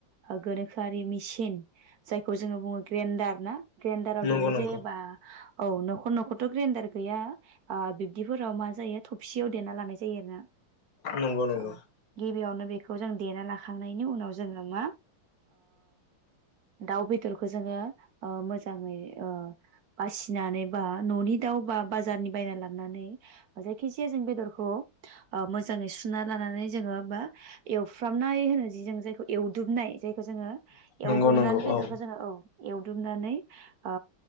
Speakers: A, on the right; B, on the left.
A: ओ गोनोखोआरि मेसिन जायखौ जोङो बुङो ग्रेन्डार ना ग्रेडाराव
B: नंगौ
A: देनाय
B: नंगौ
A: जायोबा औ न'खर न'खरथ' ग्रेन्डार गैया बिब्दिफोराव मा जायो थबसियाव देना लानाय जायो आरोना
B: नंगौ नंगौ।
A: औ गिबियावनो बेखौ खौ जों देना लाखांनायनि उनाव जोङो मा दाउ बेदरखौ जोङो मोजाङै बासिनानै बा न'नि दाउ बा बाजारनि बायना लाबनानै जायखि जाया जों बेदरखौ मोजाङै सुन सुना लानानै जोङो बा एवफ्रामनाय होनोजे जों जायखौ एव दुमनाय जायखौ जोङो
B: नंगौ
A: एवदुमनानै
B: नंगौ
A: बेदरखौ
B: औ
A: जोङो औ एवदुमनानै ओ